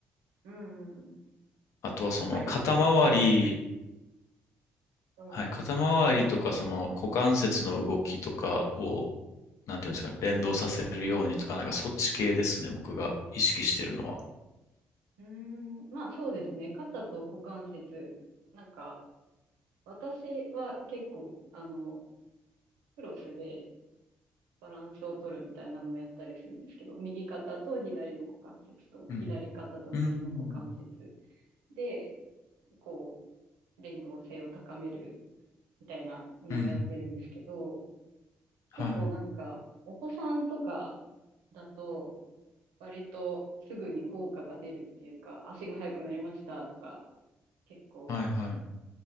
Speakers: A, on the right; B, on the left.
A: うんうん
B: あとはその肩周り、
A: なんかよく、一回り。
B: はい、肩周りとかその股関節の動きとかを、
A: うん。
B: なんていうんですかね、連動させるようにとか、なんかそっち系ですね、僕が意識してるのは。
A: うーん。まあそうですね。肩と股関節。なんか、私は結構、あの、クロスでバランスを取るみたいなのをやったりするんですけど、右肩と左の股関節と、
B: うん。
A: 左肩と右の股関節
B: うん。
A: で、こう、連動性を高めるみたいなのをやってるんですけど、
B: うん。はい。
A: 結構なんか、お子さんとかだと、割とすぐに効果が出るっていうか、足が速くなりましたとか、結構
B: はい、はい。